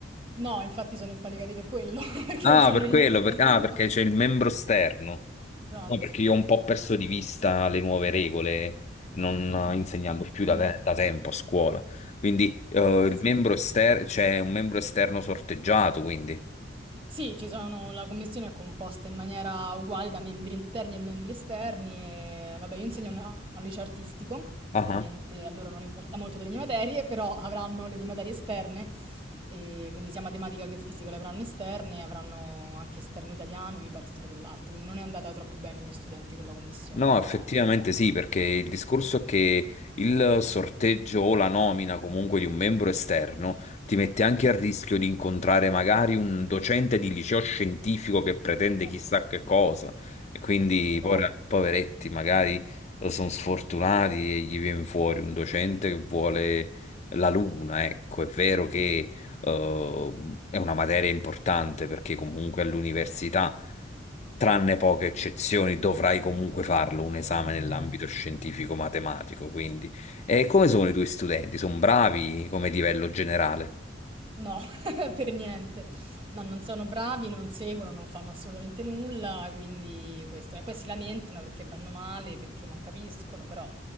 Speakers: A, on the right; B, on the left.
A: No, infatti sono impanicati per quello, <laughs> perché
B: Ah,
A: non sanno
B: per
A: niente.
B: quello, per- ah,
A: <laughs>
B: perché c'è il membro esterno.
A: Esatto.
B: No, perché io ho un po' perso di vista le nuove regole, non eh, insegnando più da,
A: Mm.
B: te- da tempo a scuola. Quindi eh,
A: Eh sì.
B: il membro esterno, c'è un membro esterno sorteggiato, quindi.
A: Sì, ci sono, la commissione è composta in maniera uguale da membri interni e membri esterni e vabbè, io insegno a un a un liceo artistico,
B: Ah
A: ovviamente
B: ah.
A: a loro non importa molto delle mie materie, però avranno le mie materie esterne, e quindi sia matematica che fisica le avranno esterne, avranno anche esterno italiano e mi pare storia dell'arte, quindi non è andata troppo bene ai miei studenti con la commissione,
B: No,
A: però
B: effettivamente
A: dai.
B: sì, perché il discorso è che il sorteggio o la nomina comunque di un membro esterno ti mette anche
A: Mhm.
B: a rischio di incontrare magari un docente di liceo scientifico che pretende chissà
A: Eh sì,
B: che cosa e quindi
A: Esatto,
B: poi, poveretti magari sono sfortunati e gli viene fuori un docente che vuole la luna, ecco, è vero che eh, è una materia importante perché comunque all'università, tranne poche eccezioni, dovrai comunque farlo un esame nell'ambito
A: certo.
B: scientifico-matematico. Quindi, e come sono i tuoi studenti? Sono bravi come livello generale?
A: No, <laughs> per niente. No, non sono bravi, non seguono, non fanno assolutamente nulla, quindi questo. E poi si lamentano perché vanno male, perché non capiscono, però